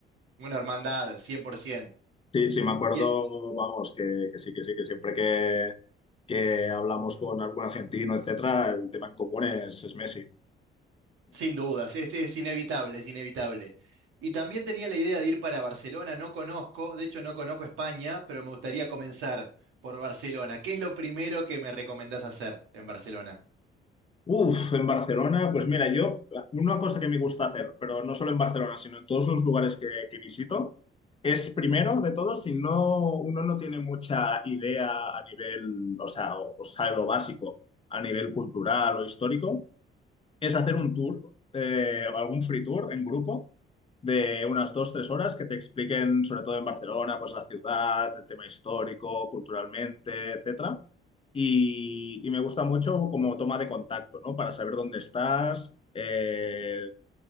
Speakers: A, on the right; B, on the left.
A: una hermandad, 100%.
B: Sí, sí, me acuerdo,
A: Y,
B: vamos, que, que sí, que sí, que siempre que, que hablamos con algún argentino, etcétera, el tema en común es, es Messi.
A: Sin dudas, es, es inevitable, es inevitable. Y también tenía la idea de ir para Barcelona, no conozco, de hecho no conozco España, pero me gustaría comenzar por Barcelona. ¿Qué es lo primero que me recomendás hacer en Barcelona?
B: Uf, en Barcelona, pues mira, yo, una cosa que me gusta hacer, pero no solo en Barcelona, sino en todos los lugares que, que visito, es primero de todo, si no, uno no tiene mucha idea a nivel, o sea, o, o sabe lo básico a nivel cultural o histórico, es hacer un tour, eh, algún free tour en grupo de unas dos, tres horas que te expliquen, sobre todo en Barcelona, pues la ciudad, el tema histórico, culturalmente, etcétera. Y, y me gusta mucho como toma de contacto, ¿no? Para saber dónde estás, eh,